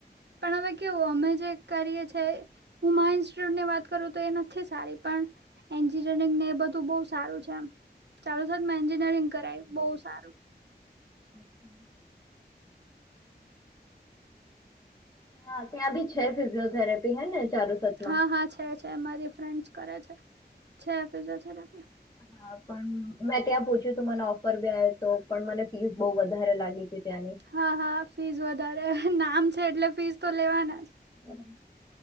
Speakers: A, on the right; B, on the left.
A: પણ હવે કેવું અમે જે કરીએ છે. હું માઈન્ડ સેટની વાત કરું તો એ નથી સારી પણ એન્જિનિયરિંગ ને એ બધું બહ સારું છે, ચાલો સર મે એન્જિનિયરિંગ કરાવે બહું સારું.
B: અચ્છા. હા ત્યાં બી છે ફિઝિયોથેરેપી હે ને ચારુસતમાં?
A: હા હા છે મારી ફ્રેન્ડસ કરે છે, ફિઝિયોથેરાપી.
B: હા પણ મેં ત્યાં પૂછ્યું તું મને ઓફર બી આવ હતો પણ મને ફીસ બહુ વધારે લાગી હતી ત્યાંની.
A: હા હા ફીસ વધારે નામ છે એટલે ફીસ તો લેવાના જ.
B: હમ્મ.